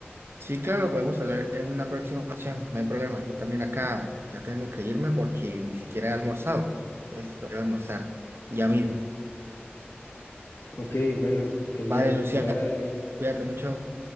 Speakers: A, on the right (about 70°); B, on the left (about 80°).
A: Sí, claro, podemos hablar en una próxima ocasión, no hay problema. Yo también acá ya tengo que irme porque ni siquiera he almorzado. Entonces, quiero almorzar ya mismo.
B: Ok, bueno, genial,
A: Vale, Luciano,
B: bye.
A: cuídate mucho.